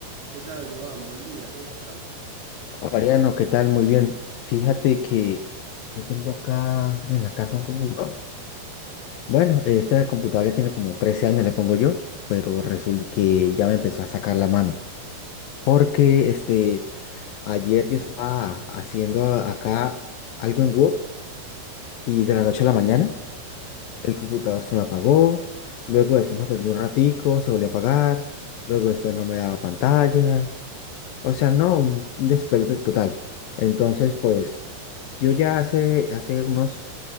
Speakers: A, on the right; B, on the left.
A: ¿Qué tal, Doan? Buen día, ¿cómo estás?
B: Mariano, ¿qué tal? Muy bien. Fíjate que yo tengo acá en la casa un computador. Bueno, este computador ya tiene como 13 años, le pongo yo, pero resulta que ya me empezó a sacar la mano. Porque este, ayer yo estaba haciendo a- acá algo en Word y de la noche a la mañana
A: Sí.
B: el computador se me apagó. Luego después me prendió un ratico, se volvió a apagar. Luego después no me daba pantalla. O sea, no, un un despelote total. Entonces, pues, yo ya hace, hace unos